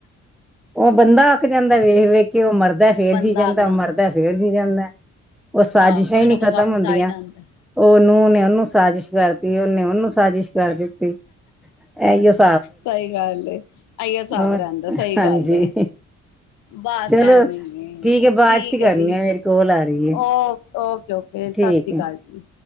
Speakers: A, in the centre; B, on the left.
A: ਓਬੰਦਾਂ ਅੱਕ ਜਾਂਦਾਂ ਵੇਖ-ਵੇਖ ਕੇ। ਓ ਮਰਦਾਂ ਫ਼ਿਰ
B: ਬੰਦਾ
A: ਜੀਅ ਜਾਂਦਾਂ।
B: ਆ ਕੇ ਜਾਂਦਾ
A: ਓ ਮਰਦਾਂ ਫੇਰ ਫੇਰ ਜੀਅ ਜਾਂਦਾਂ। ਓ ਸਾਜ਼ਿਸ਼ਾਂ
B: ਆਹ ਕੋਈ
A: ਹੀ ਨੀਂ
B: ਨਾ ਕੋਈ
A: ਖ਼ਤਮ
B: ਵਾਪਿਸ
A: ਹੁੰਦੀਆਂ।
B: ਆ ਹੀ ਜਾਂਦਾ
A: ਓਨੇ ਓਨੂੰ ਸਾਜਿਸ਼ ਕਰਤੀ ਓਹਨੇਂ ਓਹਨੂੰ ਸਾਜਿਸ਼ ਕਰ ਦਿੱਤੀ। ਐਇਓ
B: ਸਹੀ ਗੱਲ਼ ਏਂ, ਆਇਓ ਸਾਬ
A: ਹੋਰ
B: ਰੈਦਾਂ। ਸਈ
A: ਹਾਂਜੀ
B: ਗੱਲ਼ ਏਂ। ਬਸ
A: ਚਲੋ
B: ਐਵੈਂ ਈ ਏਂ।
A: ਠੀਕ ਹੈ ਬਾਅਦ
B: ਠੀਕ
A: ਚ
B: ਏਂ
A: ਕਰਨੀ
B: ਜੀ
A: ਆ ਮੇਰੇ ਕੋਲ ਆ ਰਹੀ ਹੈ
B: ਓ ਓਕੇ-ਓਕੇ
A: ਠੀਕ
B: ਸਾਸਰੀ
A: ਹੈ
B: ਅਕਾਲ ਜੀ।